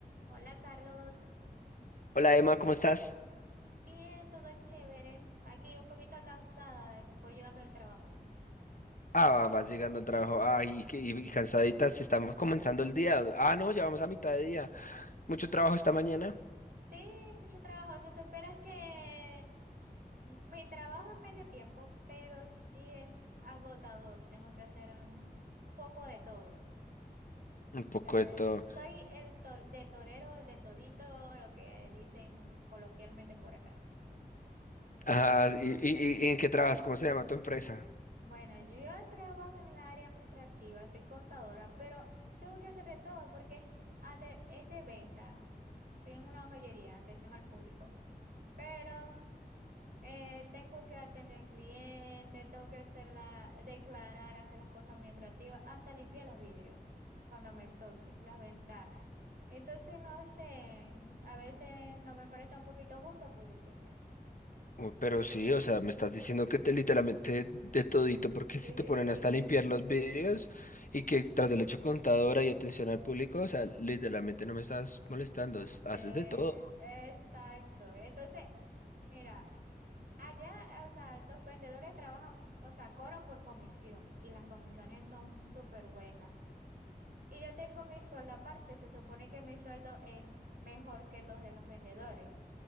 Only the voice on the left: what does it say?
Hola Emma, ¿cómo estás?
Ah, vas llegando al trabajo. Ay, y, que- y cansaditas, estamos comenzando el día. Ah, no, ya vamos a mitad de día. Mucho trabajo
esta mañana.
Un poco
de todo.
Ah, ¿y, y- y ¿y en qué trabajas? ¿Cómo se llama tu empresa?
Uy, pero sí, o sea, me estás diciendo que te literalmente de todito, porque
si te ponen hasta a limpiar los vidrios y que tras el hecho contadora y atención al público, o sea, literalmente no me estás molestando, es- haces
de todo.